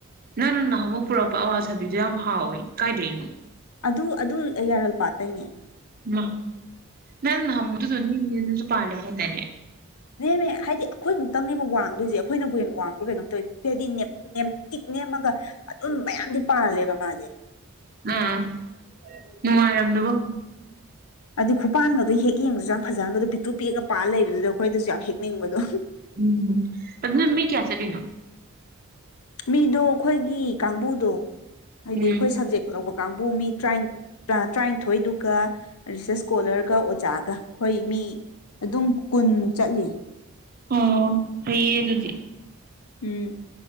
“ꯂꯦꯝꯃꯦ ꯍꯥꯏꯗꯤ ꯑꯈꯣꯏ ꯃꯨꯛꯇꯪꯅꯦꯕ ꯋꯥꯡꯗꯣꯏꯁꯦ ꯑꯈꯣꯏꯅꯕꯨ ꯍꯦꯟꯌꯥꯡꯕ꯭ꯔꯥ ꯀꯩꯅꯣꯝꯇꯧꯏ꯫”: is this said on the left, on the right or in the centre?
Left